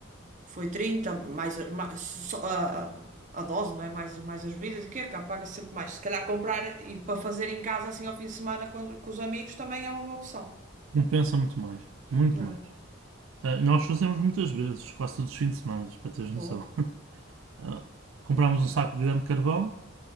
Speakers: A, on the right; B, on the right.
A: Foi 30 mais, a- ma- só a, a- a dose, não é? Mais, mais as bebidas, e que é cá, paga sempre mais. Se calhar comprar e para fazer em casa, assim, ao fim de semana com, os com os amigos, também é uma boa opção.
B: Compensa muito mais. Muito
A: É,
B: mais. Ah, nós fazemos muitas vezes, quase todos os fins de semana, para teres
A: boa.
B: noção. Ah, compramos um saco de grande carvão,